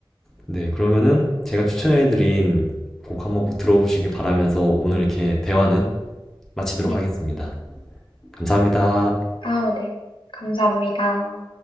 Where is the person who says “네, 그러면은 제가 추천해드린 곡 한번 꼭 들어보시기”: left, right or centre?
Centre